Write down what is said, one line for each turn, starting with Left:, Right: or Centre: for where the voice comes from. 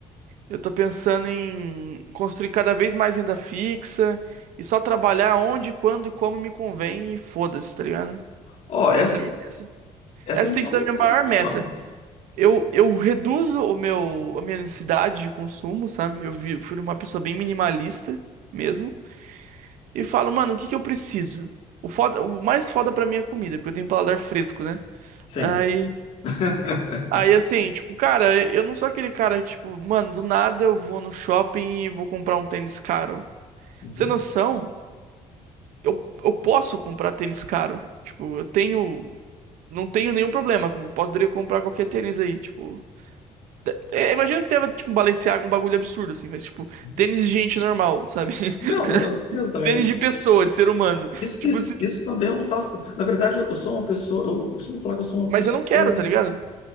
Right: Eu tô pensando em construir cada vez mais renda fixa e só trabalhar onde, quando e como me convém e foda-se, tá ligado?
Left: Ó, essa,
Right: Essa, essa
Left: essa
Right: essa
Left: não
Right: tem
Left: é
Right: sido
Left: uma
Right: a
Left: ideia,
Right: minha maior meta.
Left: não.
Right: Eu, eu reduzo o meu, a minha necessidade de consumo, sabe? Eu vi, fui uma pessoa bem minimalista mesmo. E falo, mano, o que que eu preciso? O foda, o mais foda pra mim é comida, porque eu tenho um paladar fresco, né?
Left: Sim.
Right: Aí
Left: <laughs>
Right: Aí assim, tipo, cara, eu não sou aquele cara que, tipo, mano, do nada eu vou no shopping e vou comprar um tênis caro. Pra
Left: Uhum.
Right: você ter noção, eu, eu posso comprar tênis caro. Tipo, eu tenho. Não tenho nenhum problema. com- Poderia comprar qualquer tênis aí, tipo. é, Imagino que tava, tipo, um Balenciaga, um bagulho absurdo, assim, mas, tipo,
Left: Uhum.
Right: tênis de gente normal, sabe? <laughs>
Left: Não, não, eu não preciso também.
Right: Tênis de pessoa, de ser humano.
Left: Isso,
Right: Tipo
Left: isso,
Right: assim,
Left: isso também eu não faço. Na verdade, eu, eu sou uma pessoa. Eu, eu sempre falo que eu sou uma
Right: mas
Left: pessoa.
Right: eu não quero, tá ligado?